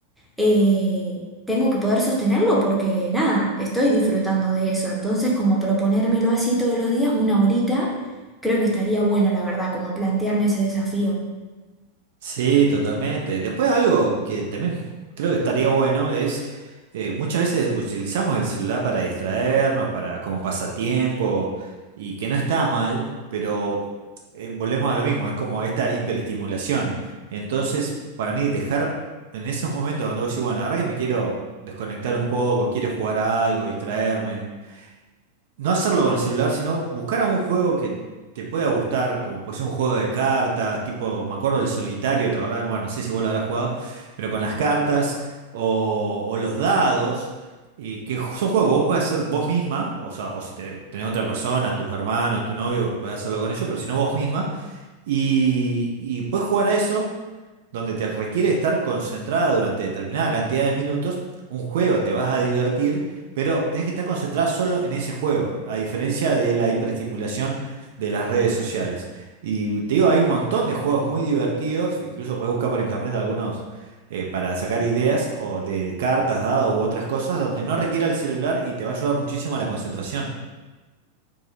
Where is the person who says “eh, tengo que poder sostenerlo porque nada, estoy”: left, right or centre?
Centre